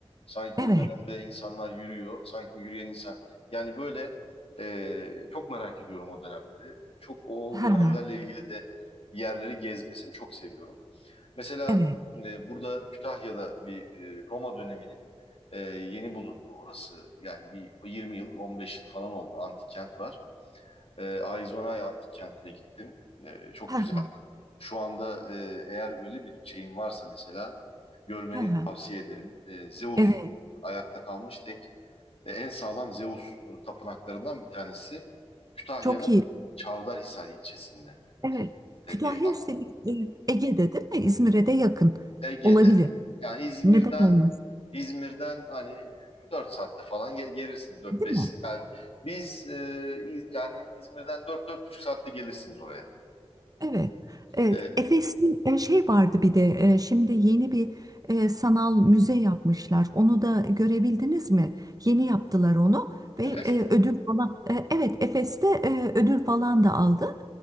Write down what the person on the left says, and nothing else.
Sanki
o dönemde insanlar yürüyor. Sanki o yürüyen insan. Yani böyle e, çok merak ediyorum o dönemleri. Çok o
dönemlerle
ilgili de yerleri gezmesini çok seviyorum. Mesela
e, burada Kütahya'da bir e, Roma döneminin e, yeni bulunduğu orası yani bir 20 yıl 15 yıl falan oldu antik kent var. E, Aizonay antik kentine gittim. E, çok
güzel.
Şu anda e, eğer öyle bir şeyin varsa mesela görmeni
tavsiye ederim. E, Zeus
ayakta kalmış tek e, en sağlam Zeus e, tapınaklarından bir tanesi Kütahya'nın
Çavdarhisar ilçesinde.
E,
bir
Ege'de
yani İzmir'den
İzmir'den hani 4 saatte falan ge- gelirsiniz dört
beş.
saat. Yani biz e, İz- yani İzmir'den dört dört buçuk saatte gelirsiniz oraya.
E,
Efes
mi?